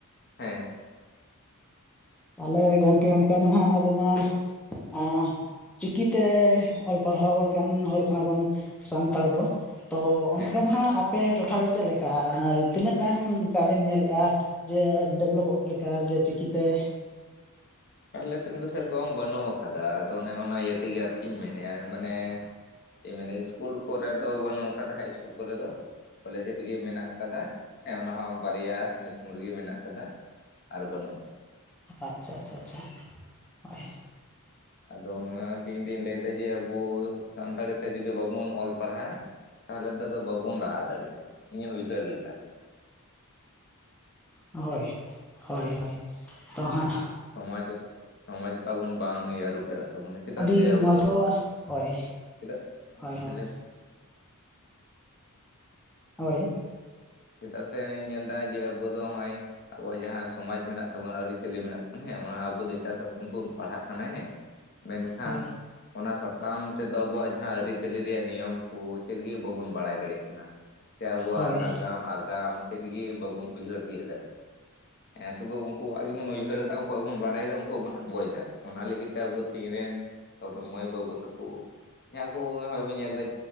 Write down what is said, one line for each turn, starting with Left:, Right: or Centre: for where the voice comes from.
Left: ᱦᱮᱸ
Centre: ᱛᱟᱦᱚᱞᱮ ᱜᱚᱝᱠᱮ ᱚᱱᱠᱟ ᱢᱟ ᱱᱟᱦᱜ ᱟᱵᱚᱢᱟ ᱟᱻ ᱪᱤᱠᱤᱛᱮ ᱚᱞ ᱯᱟᱲᱦᱟᱣ ᱞᱮᱠᱟᱱ ᱦᱚᱲ ᱠᱟᱱᱟ ᱵᱚᱱ ᱥᱟᱱᱛᱟᱲ ᱫᱚ ᱛᱚ ᱚᱱᱛᱮ
Left: ᱦᱮᱸ
Centre: ᱱᱟᱦᱟᱜ ᱟᱯᱮ ᱴᱚᱴᱷᱟᱨᱮ ᱪᱮᱫ ᱞᱮᱠᱟ ᱛᱤᱱᱟᱹᱜ ᱜᱟᱱ ᱚᱱᱠᱟ ᱵᱮᱱ ᱧᱮᱞᱮᱜᱼᱟ ᱡᱮ ᱰᱮᱵᱷᱞᱚᱯᱚᱜ ᱞᱮᱠᱟ ᱡᱮ ᱪᱤᱠᱤᱛᱮ
Left: ᱟᱞᱮ ᱥᱮᱫ ᱫᱚ ᱥᱮᱨᱚᱠᱚᱢ ᱵᱟᱹᱱᱩᱜ ᱟᱠᱟᱫᱟ ᱟᱫᱚ ᱚᱱᱮ ᱚᱱᱟ ᱤᱭᱟᱹ ᱛᱮᱜᱮ ᱟᱨᱠᱤᱧ ᱢᱮᱱᱮᱫᱼᱟ ᱢᱟᱱᱮ ᱢᱟᱱᱮ ᱤᱥᱠᱩᱞ ᱠᱚᱨᱮ ᱫᱚ ᱵᱟᱹᱱᱩᱜ ᱟᱠᱟᱫᱟ ᱦᱟᱭ ᱤᱥᱠᱩᱞ ᱠᱚᱨᱮ ᱫᱚ ᱠᱚᱞᱮᱡᱽ ᱨᱮᱜᱮ ᱢᱮᱱᱟᱜ ᱟᱠᱟᱫᱟ ᱚᱱᱟᱦᱚ ᱵᱟᱨᱭᱟ ᱧᱩᱛᱩᱢ ᱨᱮᱜᱮ ᱢᱮᱱᱟᱜ ᱟᱠᱟᱫᱟ ᱟᱨ ᱵᱟᱹᱱᱩᱜ ᱟᱠᱟᱫᱟ
Centre: ᱟᱪᱪᱷᱟ ᱟᱪᱪᱷᱟ ᱟᱪᱪᱷᱟ ᱦᱳᱭ
Left: ᱟᱫᱚ ᱱᱚᱣᱟᱜᱮ ᱤᱧᱫᱩᱧ ᱞᱟᱹᱭᱫᱟ ᱡᱮ ᱟᱵᱚ ᱥᱟᱱᱛᱟᱲᱤ ᱛᱮ ᱡᱚᱫᱤ ᱵᱟᱵᱚᱱ ᱚᱞ ᱯᱟᱲᱦᱟᱜᱼᱟ ᱛᱟᱦᱚᱞᱮ ᱫᱚ ᱟᱫᱚ ᱵᱟᱵᱚᱱ ᱞᱟᱦᱟ ᱫᱟᱲᱤ-ᱟ ᱤᱧᱟᱹᱜ ᱩᱭᱦᱟᱹᱨ ᱞᱮᱠᱟ ᱛᱮᱫᱚ
Centre: ᱦᱳᱭ ᱦᱳᱭ ᱦᱳᱭ ᱛᱚ
Left: ᱢᱟᱱᱮ
Centre: ᱦᱟᱸᱜ
Left: ᱥᱚᱢᱟᱡ ᱥᱚᱢᱟᱡᱚ ᱛᱟᱵᱚᱱ ᱵᱟᱝ ᱤᱭᱟᱹ ᱨᱩᱯᱷᱜ ᱫᱟᱱᱮᱭᱟᱜ ᱠᱟᱱᱟ ᱛᱵᱮ ᱱᱚᱠᱩᱫᱟᱜ
Centre: ᱟᱹᱰᱤ
Left: ᱥᱮ ᱟᱵᱚ
Centre: ᱢᱚᱡᱽ
Left: ᱫᱚ
Centre: ᱦᱳᱭ
Left: ᱪᱮᱫᱟᱜ
Centre: ᱦᱳᱭ ᱦᱳᱭ
Left: ᱦᱮᱸ ᱞᱟᱹᱭ ᱢᱮ
Centre: ᱦᱳᱭ
Left: ᱪᱮᱫᱟᱜ ᱥᱮᱧ ᱧᱮᱞ ᱮᱫᱟ ᱡᱮ ᱟᱵᱚ ᱫᱚ ᱱᱚᱜᱼᱚᱭ ᱟᱵᱚᱣᱟᱜ ᱡᱟᱦᱟᱸ ᱥᱚᱢᱟᱡ ᱢᱮᱱᱟᱜ ᱛᱟᱵᱚᱱᱟ ᱟᱹᱨᱤᱪᱟᱞᱤ ᱢᱮᱱᱟᱜ ᱛᱟᱵᱱᱟ ᱦᱮᱸ ᱚᱱᱟ ᱟᱵᱚ ᱫᱚ ᱮᱴᱟ ᱥᱮ ᱛᱮᱵᱚᱱ ᱯᱟᱲᱦᱟᱜ ᱠᱟᱱᱟ ᱦᱮᱸ ᱢᱮᱱ ᱠᱷᱟᱱ
Centre: ᱦᱳᱭ
Left: ᱚᱱᱟ ᱥᱟᱛᱟᱢ ᱛᱮᱫᱚ ᱟᱵᱩᱣᱟᱜ ᱡᱟᱦᱟᱸ ᱟᱹᱨᱤᱪᱟᱹᱞᱤ ᱨᱮᱭᱟᱜ ᱱᱤᱭᱚᱢ ᱠᱚ ᱪᱮᱫᱜᱤ ᱵᱟᱵᱩᱱ ᱵᱟᱲᱟᱭ ᱫᱟᱲᱮᱭᱟᱜ ᱠᱟᱱᱟ ᱥᱮ ᱟᱵᱚᱣᱟᱜ
Centre: ᱦᱳᱭ
Left: ᱱᱟᱜᱟᱢ ᱟᱜᱟᱢ ᱪᱮᱫᱜᱮ ᱵᱟᱵᱚᱱ ᱩᱭᱦᱟᱹᱨ ᱛᱤᱭᱩᱜ ᱫᱟᱲᱮᱭᱟᱜ ᱠᱟᱱᱟ ᱦᱮᱸ ᱥᱩᱫᱩ ᱩᱱᱠᱩᱣᱟᱜ ᱜᱮᱵᱚᱱ ᱩᱭᱦᱟᱹᱨᱮᱫᱟ ᱩᱱᱠᱩᱣᱟᱜ ᱵᱚᱱ ᱵᱟᱰᱟᱭ ᱫᱟ ᱩᱱᱠᱩᱣᱟᱜ ᱵᱚᱱ ᱟᱸᱜᱚᱡ ᱮᱫᱟ ᱚᱱᱟ ᱞᱟᱹᱜᱤᱫ ᱛᱮ ᱟᱵᱚ ᱤᱧ ᱨᱮᱱ ᱢᱟᱹᱭ ᱵᱟᱹᱵᱩ ᱛᱟᱠᱚ ᱡᱟᱦᱟ ᱠᱚ ᱜᱮᱭ ᱵᱚᱱ ᱧᱮᱞ ᱮᱫᱟ